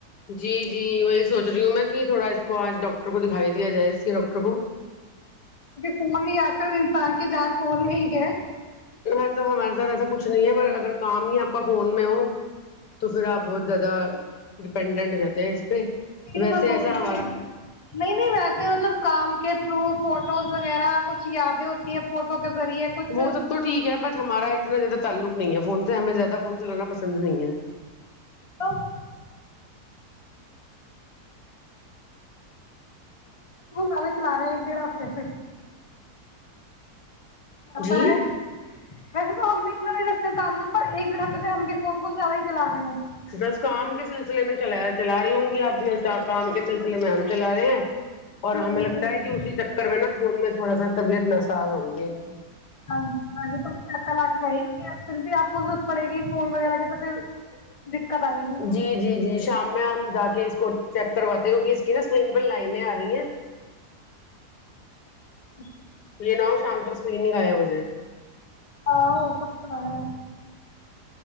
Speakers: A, on the left (about 85°); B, on the left (about 20°).
A: جی جی وہی سوچ رہی ہوں میں کہ تھوڑا اس کو آج ڈاکٹر کو دکھائی دیا جائے اس کے ڈاکٹر کو
B: فون نہیں آتے اور انسان کی جان فون میں ہی ہے
A: ایسا ہمارے ساتھ ایسا کچھ نہیں ہے پر اگر کام ہی آپ کا فون میں ہو تو پھر آپ بہت زیادہ ڈپینڈنٹ ہو جاتے ہیں
B: تو
A: ویسے
B: میں بول
A: ایسا
B: رہی
A: ہمارا
B: ہوں نہیں نہیں ویسے مطلب کام کے تھرو فوٹوز وغیرہ کچھ یادیں ہوتی ہیں فوٹو کے ذریعے کچھ
A: وہ سب تو ٹھیک ہے بٹ ہمارا اتنا زیادہ تعلق نہیں ہے فون سے ہمیں زیادہ فون چلانا پسند نہیں ہے
B: و <inaudible> سارے چلا رہے ہیں ایک ڈھ ہفتے سے بتا
A: جی
B: ہے <unintelligible> ویسے تو ہم بھی اتنا نہیں رکھتے ہیں تعلق پر ایک ڈھ ہفتےہ ہم بھی فون کوون زیادہ ہی چلا رہے ہیں
A: بس کام کے سلسلے میں چلا چلا رہی ہوں گی آپ بھی کیا کام
B: بالکل
A: کے سلسلے میں ہم چلا رہے ہیں اور
B: بالکل
A: ہمیں لگتا
B: بالکل
A: ہے کہ اسی چکر میں نا فون میں تھوڑا سا طبیعت نساز ہو گئی ہے ان کی
B: ہاں جی ہاں سب چ کرا کے آئی کی پھر بھی آپ کو ضرورت پڑے گی فون وغیرہ کی تو پھر دقت آئے گی
A: جی جی جی شام میں ہم جا کے اس کو چیک کرواتے لک اس کی نا اسکرین پ لائن آ رہی ہیں
B: ا <unintelligible>
A: یہ ناؤ شانتر سکرین ہی لایا مجھے
B: ہاں ہو سکتا ہے